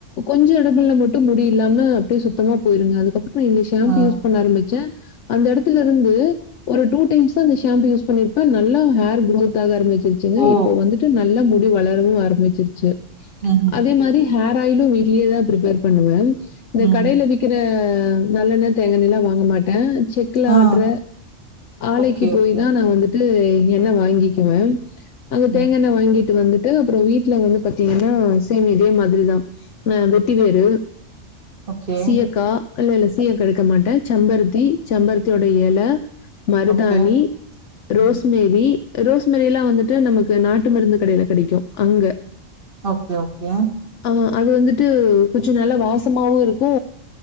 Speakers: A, on the left (about 70°); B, on the right (about 45°).
A: கொஞ்ச எடத்துல மட்டு முடி இல்லாம அப்படியே சுத்தமா போயிருங்க அதுக்கப் ற இந்த ஷாம்பூ
B: ஆ
A: யூஸ் பண்ண ஆரம்பிச்ச அந்த எடத்துல இருந்து ஒரு டூ டைம்ஸ்தா அந்த ஷாம்பு யூஸ் பண்ணிருப்பே நல்லா ஹேர் க்ரோத் ஆக ஆரம்பிச்சு ருச்சுங்க
B: ஓ
A: இப்போ வந்துட்டு நல்லா முடி வளரவு ஆரம்பிச்சிரு ச்சு
B: ம்ஹ்ம்
A: அதே மாரி ஹேர ஆ இன்னு வீட்லையே தா பிரிப்பேர் பண்ணுவே இந்த
B: ம்
A: கடையில விக்கிற ஹ நல்லெண்ண தேங்க எண்ணல்லா வாங்க மாட்டே செக்ல
B: ஆ
A: ஆட்டுற ஆலைக்கு
B: ஓகே
A: போய்
B: ஓகே
A: தா நா வந்து என்ன வாங்கிக்குவே அங்க தேங்க
B: ம்
A: எண்ண வாங்கிட்டு வந்து அப்புறோ வீட்டுல வந்து பாத்தீங்கன்னா சேம் இதே மாதிரிதா அஹ் வெட்டி வேரு
B: ஓகே
A: சியக்கா இல்ல இல்ல சீய எடுக்க மாட்டே செம்பருத்தி செம்பருத்தியோட எல மருதாணி
B: ஓகே
A: ரோஸ்மேரி
B: ம்
A: ரோஸ் மேரி எல்லா வந்துட்டு நமக்கு நாட்டு மருந்து கடையில கெடைக்கும் அங்க
B: ஓகே ஓகே
A: ஆஹ அது வந்துட்டு கொஞ்சோ நல்ல வாசமாவு இருக்கோ